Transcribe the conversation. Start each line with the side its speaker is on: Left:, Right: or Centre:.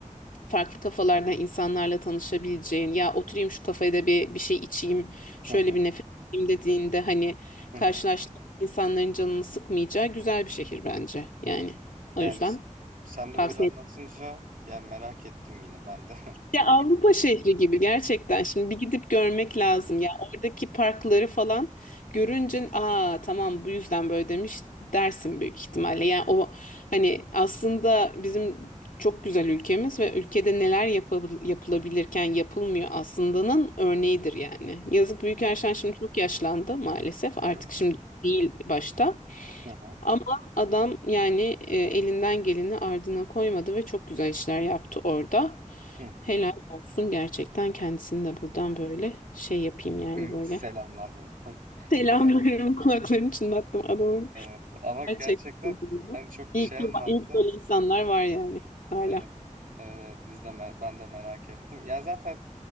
Left: farklı kafalardan insanlarla tanışabileceğin ya oturayım şu kafede bir bir şey içeyim şöyle
Right: Hı hı.
Left: bir nefes alayım dediğinde hani
Right: Hı
Left: karşılaştığın
Right: hı.
Left: insanların canını sıkmayacağı güzel bir şehir bence yani o
Right: Yani
Left: yüzden
Right: s- sen
Left: tavsiye
Right: de böyle anlatınca yani merak ettim yine ben de. <laughs>
Left: Ya Avrupa şehri gibi gerçekten. Şimdi bir gidip görmek
Right: Hı
Left: lazım.
Right: hı.
Left: Ya oradaki parkları falan görünce aa tamam bu yüzden böyle demiş dersin büyük ihtimalle. Yani o hani aslında bizim çok güzel ülkemiz ve ülkede neler yapabil- yapılabilirken yapılmıyor aslında'nın örneğidir yani. Yazık Büyükelçen şimdi çok yaşlandı maalesef. Artık
Right: Evet.
Left: şimdi değil başta.
Right: Hı hı.
Left: Ama adam yani e, elinden geleni ardına koymadı ve çok güzel işler yaptı orada.
Right: Hı
Left: Helal olsun gerçekten kendisini de buradan böyle şey yapayım yani
Right: hı.
Left: böyle.
Right: Selamlar buradan. <laughs>
Left: Selamlarım
Right: Evet.
Left: <laughs> kulaklarını çınlattım adamın
Right: evet. Ama
Left: gerçekten.
Right: gerçekten hani çok
Left: İyi
Right: şey
Left: ki,
Right: anlattın.
Left: iyi ki böyle insanlar var yani hala.
Right: Evet, evet, evet. Biz de me- ben de merak ettim. Ya zaten